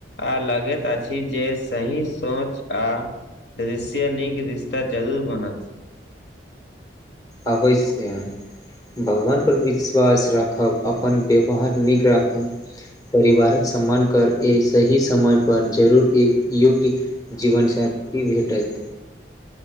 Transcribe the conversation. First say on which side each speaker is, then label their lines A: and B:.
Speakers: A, on the left; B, on the left.
A: आ लगैत अछि जे सही सोच आ दृश्य नीक रिश्ता जरूर बनत
B: अवश्य भगवानपर विश्वास राखब अपन व्यवहार नीक राखब परिवारक सम्मान कर एहि सही समय पर जरूर एक योग्य जीवन साथी भेटत